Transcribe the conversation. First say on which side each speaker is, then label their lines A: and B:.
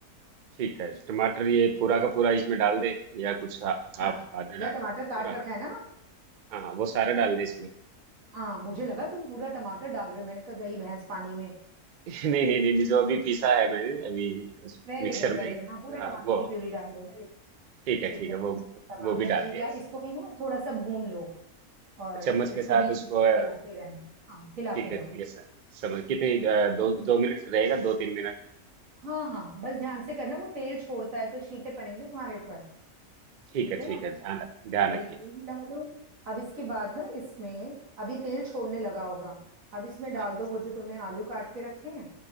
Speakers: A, on the right; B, on the right.
A: ठीक है टमाटर ये पूरा का पूरा इसमें डाल दे या कुछ हा, हाफ
B: हाँ
A: आधा डाल
B: जरा
A: पूरा
B: टमाटर काट
A: हाँ
B: रखा है ना
A: हाँ वो सारा डाल दे इसमें
B: हाँ मुझे लगा तुम पूरा टमाटर डाल रहे हो मैंने कहा गई भैंस पानी में
A: <laughs> नहीं नहीं नहीं नहीं, जो अभी पीसा है मैंने अभी उस
B: वेरी
A: मिक्सर
B: गुड वेरी
A: में
B: गुड हाँ पूरा
A: हाँ
B: टमाटर
A: वो
B: की प्यूरी डाल दो वेरी गुड
A: ठीक है
B: ठीक
A: ठीक
B: है
A: है वो
B: टमाटर
A: वो भी डाल
B: डल गया
A: दिया
B: इसको भी ना थोड़ा सा भून लो और
A: अच्छा, चम्मच के
B: इसको
A: साथ
B: बीच बीच
A: उसको
B: में
A: अ,
B: चलाते रहना हाँ हिलाते
A: ठीक
B: रहो
A: है ठीक है सर समझ कितने अ, दो
B: है ना?
A: दो मिनट रहेगा दो तीन मिनट
B: हाँ हाँ बस ध्यान से करना वो तेल छोड़ता है तो छींटे पड़ेंगे तुम्हारे ऊपर
A: ठीक
B: ठीक
A: है
B: है
A: ठीक
B: ना
A: है ध्यान ध्यान
B: तो
A: रखिए
B: ये हिला लो अब इसके बाद ना इसमें अब ये तेल छोड़ने लगा होगा अब इसमें डाल
A: हाँ
B: दो वो जो तुमने आलू काट के रखे हैं